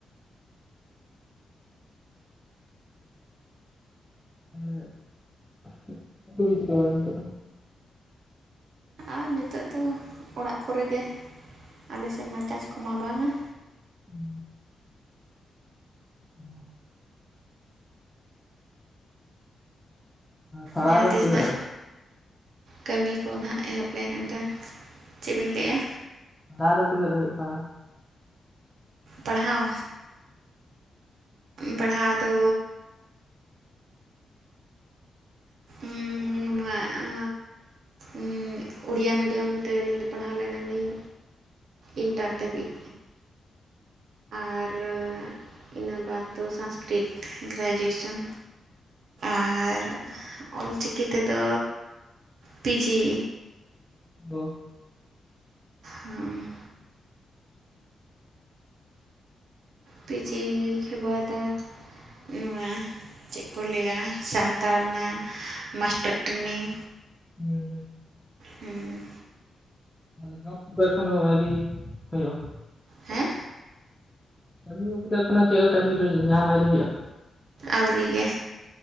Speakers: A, in the centre; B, on the right (about 70°).
A: ᱛᱟᱦᱚᱞᱮ ᱱᱤᱛᱚᱜ ᱫᱚᱵᱤᱱ ᱪᱤᱠᱟᱹ ᱵᱟᱲᱟᱭᱟ ᱱᱤᱛᱚᱜ ᱫᱚ
B: ᱟᱨ ᱱᱤᱛᱚᱜ ᱫᱚ ᱚᱲᱟᱜ ᱠᱚᱨᱮᱜᱮ ᱟᱞᱮᱥᱮᱫ ᱢᱟ ᱪᱟᱥ ᱠᱚᱢᱟ ᱵᱟᱝᱟ᱾
A: ᱦᱩᱸ ᱚ ᱯᱟᱲᱦᱟᱣ
B: ᱡᱟᱦᱟᱸᱛᱤᱥ
A: ᱫᱚ ᱛᱤᱱᱟᱹᱜ
B: ᱱᱟᱦᱜ
A: ᱨᱮ
B: ᱠᱟᱹᱢᱤ ᱠᱚ ᱱᱟᱦᱟᱜ ᱮᱦᱚᱵ ᱞᱮᱱ ᱮᱱ ᱮᱝᱠᱟ ᱪᱮᱫᱵᱤᱱ ᱞᱟᱹᱭ ᱮᱜᱼᱟ?
A: ᱛᱟᱣᱨᱮᱦᱚ ᱛᱤᱱᱟᱹᱜ ᱫᱷᱟᱵᱤᱡ ᱯᱟᱲᱦᱟ
B: ᱯᱟᱲᱦᱟᱣ ᱯᱟᱲᱦᱟᱣ ᱫᱚ ᱩ ᱱᱚᱣᱟ ᱟ ᱩᱸ ᱩᱲᱤᱭᱟ ᱢᱤᱰᱤᱭᱟᱢ ᱛᱮᱞᱤᱧ ᱫᱚ ᱯᱟᱲᱦᱟᱣ ᱞᱮᱱᱟ ᱞᱤᱧ ᱤᱱᱴᱟᱨ ᱫᱷᱟᱹᱵᱤᱡ᱾ ᱟᱨ ᱤᱱᱟᱹ ᱵᱟᱫ ᱫᱚ ᱥᱚᱝᱥᱠᱨᱤᱛ ᱜᱨᱮᱡᱩᱭᱮᱥᱚᱱ ᱟᱨ ᱚᱞᱪᱤᱠᱤ ᱛᱮᱫᱚ ᱯᱤ ᱡᱤ
A: ᱫᱚ
B: ᱦᱩᱸ ᱯᱤ ᱡᱤ ᱠᱷᱤᱨ ᱵᱟᱫ ᱱᱚᱣᱟ ᱪᱮᱫ ᱠᱚ ᱞᱟᱹᱭᱟ ᱥᱟᱱᱛᱟᱲ ᱨᱮᱱᱟᱜ ᱢᱟᱥᱴᱟᱨ ᱴᱨᱮᱱᱤᱝ
A: ᱦᱩᱸ ᱦᱩᱸ
B: ᱦᱩᱸ
A: ᱛᱟᱦᱚᱞᱮ ᱡᱚᱵ ᱠᱚᱫᱚ ᱮᱠᱷᱚᱱᱳ ᱟᱭᱨᱤ ᱦᱩᱭᱩᱜ-ᱟ?
B: ᱦᱮᱸ
A: ᱠᱟᱹᱢᱤ ᱢᱟᱹᱢᱤ ᱫᱚ ᱮᱠᱷᱚᱱᱳ ᱪᱮᱫ ᱦᱚᱸ ᱠᱟᱹᱢᱤ ᱨᱮ ᱧᱟᱢ ᱟᱭᱨᱤ ᱦᱩᱭᱩᱜ-ᱟ?
B: ᱟᱹᱣᱨᱤ ᱜᱮ